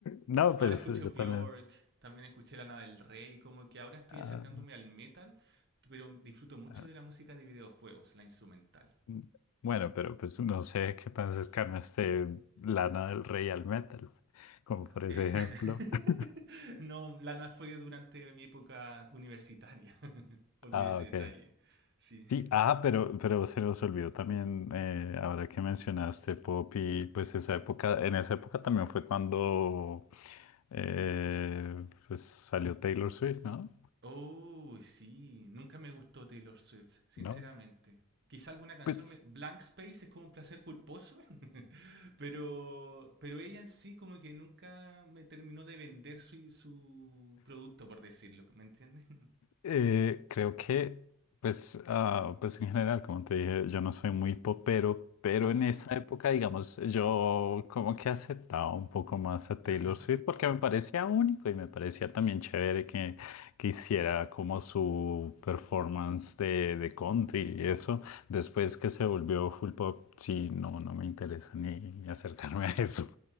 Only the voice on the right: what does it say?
ahora
escucho
Bjork,
también escuché Lana del Rey, como que ahora estoy
acercándome al metal, pero disfruto mucho
de la música de videojuegos, la instrumental.
Eh,
<laughs>
no, Lana fue durante mi época universitaria. <laughs> Olvidé
ese
detalle. Sí.
Oh, sí. Nunca me gustó Taylor Swift, sinceramente.
Quizá alguna canción,
me- Blank Space es como un placer culposo, <laughs> pero, pero ella en sí como que nunca me terminó de vender su, su producto, por decirlo, ¿me entiendes? <laughs>
Ajá,
ajá,